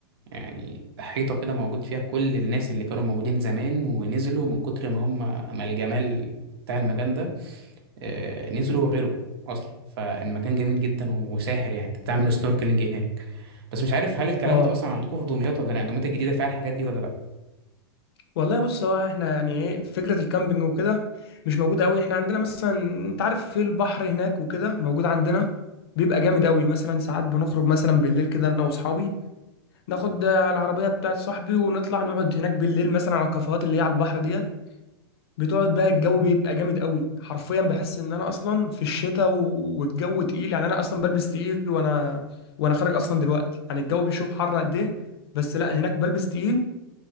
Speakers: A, on the right; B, on the left.
A: يعني حيطة كده موجود فيها كل الناس اللي كانوا موجودين زمان ونزلوا من كتر ما هم ما الجمال بتاع المكان ده آه، نزلوا وغيروا أصلا فالمكان جميل جدا وساحر يعني أنت بتعمل سنوركلينج هناك بس مش عارف هل الكلام
B: اه
A: ده أصلا عندكم في دمياط ولا لا يعني دمياط الجديدة فيها الحاجات دي ولا لا
B: والله بص هو احنا يعني ايه فكرة الكامبينج وكده مش موجودة قوي احنا عندنا مثلا انت عارف في البحر هناك وكده موجود عندنا بيبقى جامد قوي مثلا ساعات بنخرج مثلا بالليل كده انا واصحابي ناخد آه، العربيه بتاعت صاحبي ونطلع نقعد هناك بالليل مثلا على الكافيهات اللي هي على البحر ديت بتقعد بقى الجو بيبقى جامد قوي حرفيا بحس ان انا اصلا في الشتاء و- والجو تقيل يعني انا اصلا بلبس تقيل وانا وانا خارج اصلا دلوقتي يعني الجو بيشوف حر قد ايه بس لا هناك بلبس تقيل